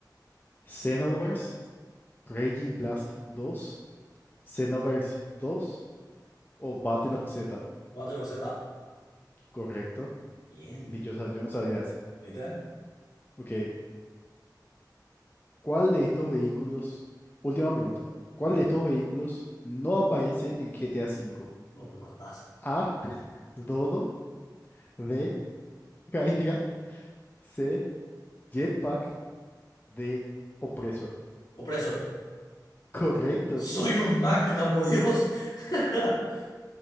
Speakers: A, on the left; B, on the left.
A: ¿Xenoverse, Raging Blast dos, Xenoverse dos o Battle of Z?
B: bátelo Z.
A: Correcto.
B: Bien,
A: Ni yo, sa- yo no sabía eso.
B: ¿viste?
A: Ok. ¿Cuál de estos vehículos? Última pregunta. ¿Cuál
B: Dale,
A: de estos vehículos no aparece en GTA V?
B: no me matás.
A: A. <laughs> Dodo. B. Hydra. C. Jetpack. de Opresor.
B: Opresor,
A: Correcto.
B: soy un máquina, por Dios. <laughs>